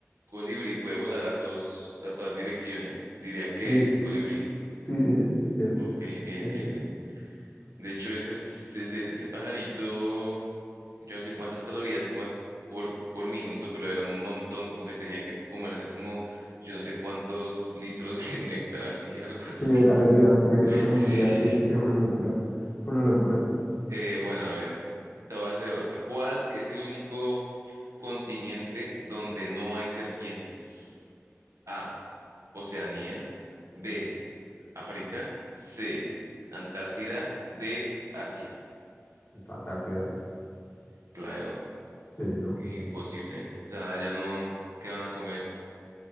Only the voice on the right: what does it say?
colibrí puede volar a todos, a todas direcciones. Diría que
es colibrí.
Ok, bien,
bien,
bien.
De hecho, ese, es- ese, ese ese pajarito. Yo no sé cuántas calorías quemas por, por minuto, pero era un montón, como que tenía que comerse como yo no sé cuántos litros de néctar al día, algo así.
<laughs>
Sí.
Eh, bueno, a ver, te voy a hacer otra. ¿Cuál es el único continente donde no hay serpientes? A, Oceanía, B, África, C, Antártida, D, Asia.
Claro,
imposible. O sea, allá no, ¿qué van a comer?